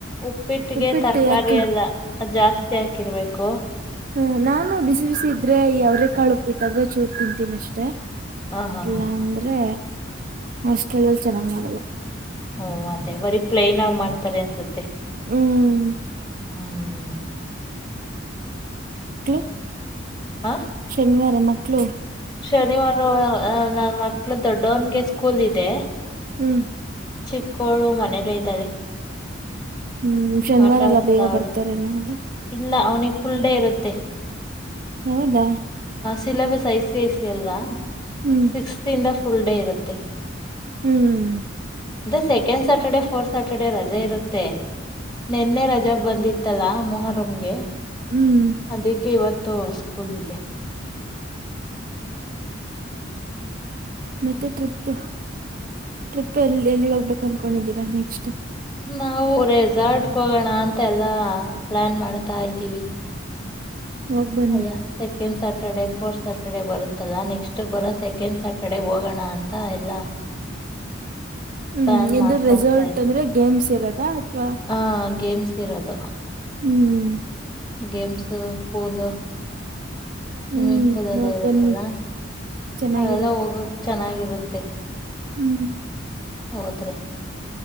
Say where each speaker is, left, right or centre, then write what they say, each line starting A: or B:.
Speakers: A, on the left; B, on the right.
A: ಉಪ್ಪಿಟ್ಟಿಗೆ
B: ಉಪ್ಪಿಟ್ಟು
A: ತರಕಾರಿಯದ
B: ಯಾಕೆ
A: ಅ ಜಾಸ್ತಿ ಹಾಕಿರ್ಬೇಕು
B: ಹ ನಾನು ಬಿಸಿ ಬಿಸಿ ಇದ್ರೆ ಅವ್ರೇ ಕಾಳು ಉಪ್ಪಿಟ್ಟು ಚೂರ್ ತಿಂತೀನಿ ಅಷ್ಟೇ
A: ಹ ಹಾ
B: ಇಲ್ಲ
A: ಹಾ ಹಾ
B: ಅಂದ್ರೆ ಹಸ್ಟೆಲ್ಲ್ಲಿ ಚೆನ್ನಾಗ ಮಾಡಲ್ಲ
A: ಹಓ ಅದೇ ಬರೀ ಪ್ಲೈನ್ ಆಗಿ ಮಾಡ್ತಾರೆ ಅನ್ಸುತ್ತೆ
B: ಹ್ಮ್
A: ಹ್ಮ್
B: <unintelligible>
A: ಆ
B: ಶನಿವಾರ ಮಕ್ಕಳು
A: ಶನಿವಾರ ನನ್ ಮಕ್ಳ ದೊಡ್ಡವನ್ಗೆ ಸ್ಕೂಲ್ ಇದೆ
B: ಹ್ಮ್
A: ಚಿಕ್ಕೋಳು ಮನೇಲ್ಲೇ ಇದ್ದಾಳೆ
B: ಹ್ಮ್ ಶನಿವಾರ
A: ಆಟ
B: ಎಲ್ಲಾ
A: ಆಡ್ತಾವಳೆ
B: ಬೇಗ ಬರ್ತಾರೇನ ಅಲ್ಲ
A: ಇಲ್ಲ ಅವ್ನಿಗೆ ಫುಲ್ ಡೇ ಇರುತ್ತೆ
B: ಹೌದಾ
A: syllabus I C I C ಅಲ್ವಾ
B: ಹ್ಮ್
A: ಸಿಕ್ಸ್ತ್ ಇಂದ ಫುಲ್ ಡೇ ಇರುತ್ತೆ
B: ಹ್ಮ್
A: <unintelligible> ಸೆಕೆಂಡ್ ಸ್ಯಾಟರ್ಡೆ ಫೋರ್ತ್ ಸ್ಯಾಟರ್ಡೆೇ ರಜೆ ಇರುತ್ತೆ ನೆನ್ನೆ ರಜಾ ಬಂದಿತ್ತಲಾ ಮೊಹರಂಗೆ
B: ಹ್ಮ್
A: ಅದಕ್ಕೆ ಇವತ್ತು ತೋ ಸ್ಕೂಲ್ ಇದೆ
B: ಮತ್ತೆ ಟ್ರಿಪ್ ಟ್ರಿಪ್ ಎಲ್ಲಿ ಎಲ್ಲಿ ಹೋಗ್ಬೇಕು ಅನ್ಕೊಂಡಿದ್ದೀರಾ ನೆಕ್ಸ್ಟ್
A: ನಾವು ರೆಸಾರ್ಟ್ ಹೋಗೋಣ ಅಂತ ಎಲ್ಲಾ ಪ್ಲಾನ್ ಮಾಡ್ತಾ ಇದ್ದೀವಿ
B: ಹೋಗ್ ಬನ್ನಿ
A: ಅದಾ ಸೆಕೆಂಡ್ ಸ ಸಟರ್ಡೆ ಫೋರ್ತ್ ಸ್ಯಾಟರ್ಡೆ ಬರುತ್ತಲ್ಲಾ ನೆಕ್ಸ್ಟ್ ಬರೋ ಸೆಕೆಂಡ್ ಸ್ಯಾಟರ್ಡೆ ಹೋಗೋಣ ಅಂತ ಎಲ್ಲ
B: ಹ್ಮ್
A: ಪ್ಲಾನ್
B: ಎಂದ್ರೆ
A: ಮಾಡ್ಕೊತ
B: ರೆಸಾರ್ಟ್ ಅಂದ್ರೆ ಗೇಮ್ಸ್ ಇರೋದಾ ಅಥವಾ
A: ಆ ಗೇಮ್ಸ್ ಇರೋದು
B: ಹ್ಮ್
A: ಗೇಮ್ಸ್ ಪೂಲ್ ಸ್ವಿಮ್ಮಿಂಗ್
B: ಹ್ಮ್
A: ಪೂಲ್ ಎಲ್ಲ
B: ಹೋಗ್
A: ಇರುತ್ತಲ್ಲ
B: ಬನ್ನಿ ಚೆನ್ನಾಗಿರುತ್ತೆ
A: ಅದೆಲ್ಲ ಹೋಗಕ್ ಚೆನ್ನಾಗಿರುತ್ತೆ <inaudible>
B: ಹ್ಮ್
A: ಹೌದ್ರಿ